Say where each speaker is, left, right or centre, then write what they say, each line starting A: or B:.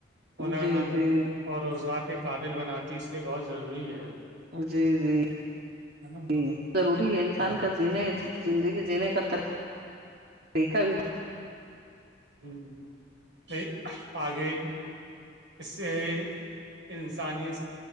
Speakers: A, on the right; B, on the right.
A: ہنر
B: جی
A: مند
B: جی
A: اور روزگار کے قابل بناتی اس لیے بہت ضروری ہے
B: جی جی
A: نا
B: جی ضروری ہے انسان
A: اور
B: کا جینے زندگی جینے کا طریقہ بھی
A: ہوں نہیں آگے اس سے انسانی